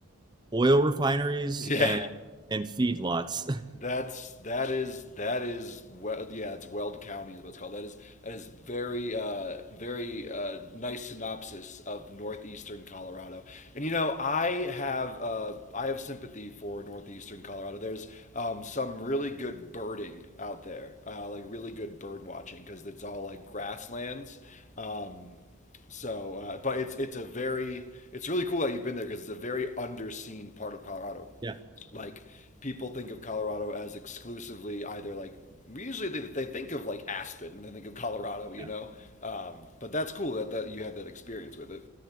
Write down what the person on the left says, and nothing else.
Yeah.
That's that is that is well, yeah it's Weld County is what it's called that is that is very uh, very uh, nice synopsis of northeastern Colorado and you know I have uh, I have sympathy for northeastern Colorado there's um, some really good birding out there uh, like really good bird watching because it's all like grasslands um, so uh, but it's it's a very it's really cool that you've been there because it's a very underseen part of Colorado
like people think of Colorado as exclusively either like usually they, they think of like Aspen and they think of Colorado, you
know. Um, but that's cool that, that you had that experience with it.